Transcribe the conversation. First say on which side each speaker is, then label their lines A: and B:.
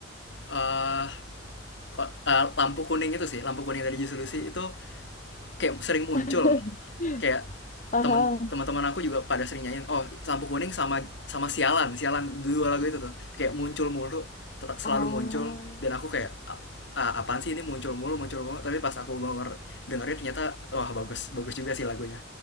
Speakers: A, on the left; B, on the left.
A: Eh, ko- eh, lampu kuning itu sih lampu kuning dari Juicy Lucy itu kayak sering muncul
B: <laughs>
A: kayak
B: Aha.
A: temen teman-teman aku juga pada sering nyanyiin oh lampu kuning sama sama sialan sialan dua lagu itu tuh kayak muncul mulu selalu
B: Ah,
A: muncul dan aku kayak "A- ah, apaan sih ini muncul mulu muncul mulu tapi pas aku denger dengerin ternyata wah bagus bagus juga sih lagunya